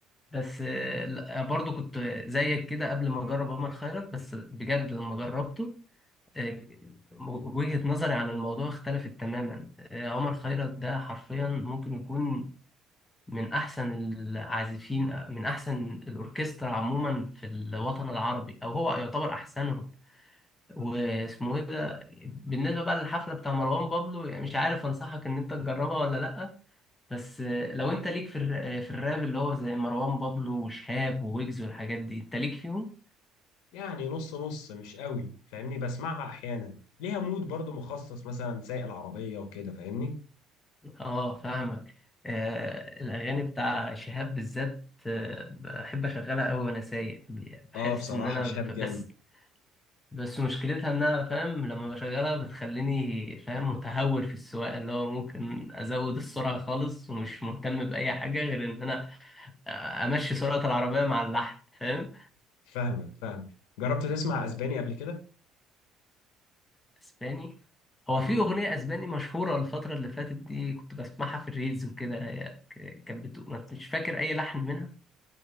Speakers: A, on the left; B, on the left.
A: بس آه، لا، برضو كنت زيك كده قبل ما أجرب عمر خيرت بس بجد لما جربته آه، وجهة نظري عن الموضوع اختلفت تماما آه، عمر خيرت ده حرفيا ممكن يكون من أحسن العازفين آه، من أحسن الأوركسترا عموما في الوطن العربي أو هو يعتبر أحسنهم واسمه إيه ده بالنسبة بقى للحفلة بتاع مروان بابلو يعني مش عارف أنصحك إن أنت تجربها ولا لأ بس آه، لو أنت ليك في الر- آه، في الراب اللي هو زي مروان بابلو وشهاب وويجز والحاجات دي أنت ليك فيهم؟
B: يعني نص نص مش قوي فاهمني بسمعها احيانا ليها مود برضو مخصص مثلا سايق العربيه وكده فاهمني
A: اه فاهمك آه الاغاني بتاع شهاب بالذات آه بحب اشغلها قوي وانا سايق بحس
B: اه بصراحه
A: ان انا
B: شهاب جامد
A: بس بس مشكلتها انها فاهم لما بشغلها بتخليني فاهم متهور في السواقه اللي هو ممكن ازود السرعه خالص ومش مهتم باي حاجه غير ان انا آه، امشي سرعه العربيه مع اللحن فاهم
B: فاهمك فاهم جربت تسمع اسباني قبل كده
A: اسباني هو
B: امم
A: في اغنيه اسباني مشهوره الفتره اللي فاتت دي كنت بسمعها في الريلز وكده هي ك- كانت بتقول مش فاكر اي لحن منها